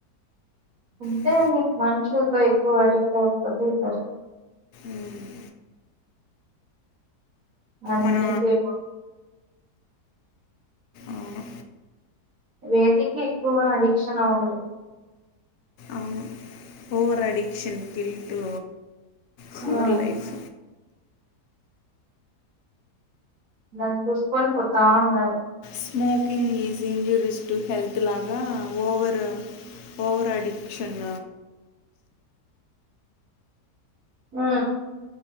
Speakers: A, on the right (about 55°); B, on the left (about 75°).
A: అంతే
B: అంటే
A: అండి మనుషులతో ఎక్కువ అడిక్ట్ అయిపోతూ ఉంటారు
B: మ్మ్.
A: మనం
B: మన
A: ఏం చేయకూడద్
B: అవును
A: వేటికి ఎక్కువగా అడిక్షన్ అవ్వకూడదు
B: అవును ఓవర్ అడిక్షన్ కిల్టు కోర్లైఫ్
A: ఉమ్ దాని చూసుకుని పోత ఉండాలి
B: smoking is injuries to health లాగా ఓవర్ ఓవర్ అడిక్షన్
A: ఆ